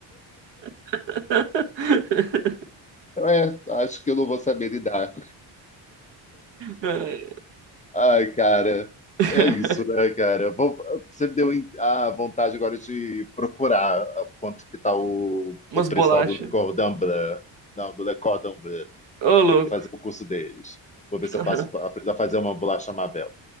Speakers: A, on the right; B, on the left.
A: <laughs>
B: eu, é, acho que eu não vou saber lidar.
A: Ai.
B: Ai, cara,
A: <laughs>
B: é isso, né, cara? Vou- você me deu a vontade agora de procurar quanto que tá o,
A: Umas
B: o preço
A: bolachas.
B: lá do Cordon Bleu. Não, do Le Cordon Bleu.
A: Ô, louco.
B: Quero fazer o curso deles. Vou ver
A: <laughs>
B: se eu faço, aprendo a fazer uma bolacha Mabel.